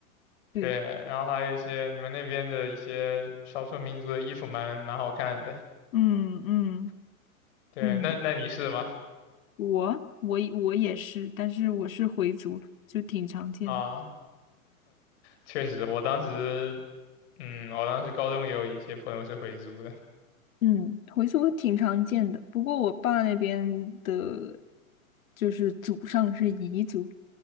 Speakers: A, on the left; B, on the left.
A: 对，
B: 对。然后还有一些你们那边的一些少数民族的衣服蛮蛮好看的。
A: 嗯嗯
B: 对，
A: 嗯，
B: 那那你是吗？
A: 我我我也是，但是我是回族，就挺常见的。
B: 啊，确实，我当时，嗯，我当时高中也有一些朋友是回族的。
A: 嗯，回族挺常见的，不过我爸那边的，就是祖上是彝族，